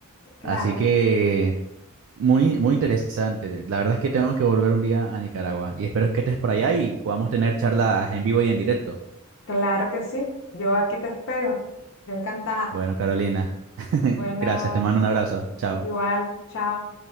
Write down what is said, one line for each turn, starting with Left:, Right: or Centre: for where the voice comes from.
Left: claro,
Right: Así que muy, muy interesante. La verdad es que tengo que volver un día a Nicaragua y espero que estés por allá y podamos tener charlas en vivo y en directo.
Left: claro que sí. Yo aquí te espero. Yo encantada.
Right: Bueno, Carolina, <laughs>
Left: Bueno,
Right: gracias, te mando un abrazo. Chao.
Left: igual, chao.